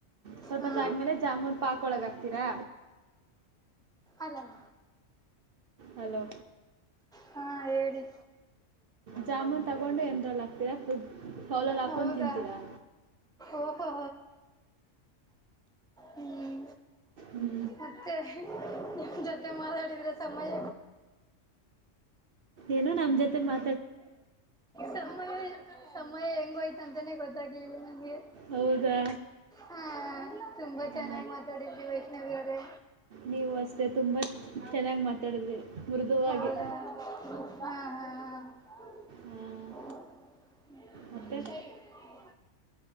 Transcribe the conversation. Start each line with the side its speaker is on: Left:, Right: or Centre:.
Right: ಸ್ವಲ್ಪೊತಾದ್ಮೇಲೆ
Centre: ಹಾ
Right: ಜಾಮೂನ್ ಪಾಕೊಳಗ್ ಹಾಕ್ತೀರಾ
Centre: ಅಲ್ಲಲ್ಲ
Right: ಹಲೋ
Centre: ಹಾ ಹೇಳಿ
Right: ಜಾಮೂನ್ ತಗೊಂಡೆ ಅಂದ್ರಲ. <unintelligible> ಲಲ್ ಹಾಕೊಂಡ್
Centre: ಹೌದಾ
Right: ತಿಂತೀರಾ.
Centre: ಓಹೋ ಹ್ಮ್
Right: ಹ್ಞೂ,
Centre: ಮತ್ತೆ ನಿಮ್ ಜೊತೆ ಮಾತಾಡಿದ್ರೆ ಸಮಯ
Right: ಏನು ನಮ್ ಜೊತೆ ಮಾ
Centre: ಸಮಯ ಸಮಯ ಹೆಂಗೋಯ್ ತಂತಾನೆ ಗೊತ್ತಾಗ್ಲಿಲ್ಲ ನನಗೆ.
Right: ಹೌದಾ
Centre: ಹಾ ತುಂಬಾ ಚೆನ್ನಾಗಿ
Right: ಆ,
Centre: ಮಾತಾಡಿದ್ರಿ ವೈಷ್ಣವಿ ಅವ್ ದೆ
Right: ನೀವು ಅಷ್ಟೇ ತುಂಬಾ ಚೆನ್ನಾಗ್ ಮಾತಾಡಿದ್ರಿ ಮೃದುವಾಗಿ
Centre: ಹೌದಾ ಹಾ ಹಾ <unintelligible>
Right: ಆ, ಆ, ಮತ್ತೆ